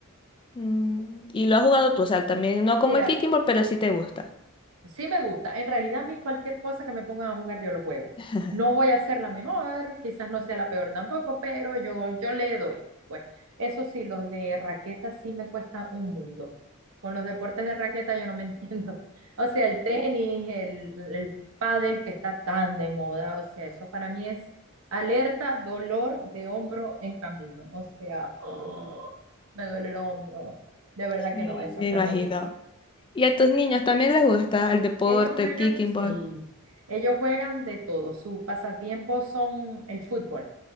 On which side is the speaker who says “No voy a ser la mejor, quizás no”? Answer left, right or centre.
Right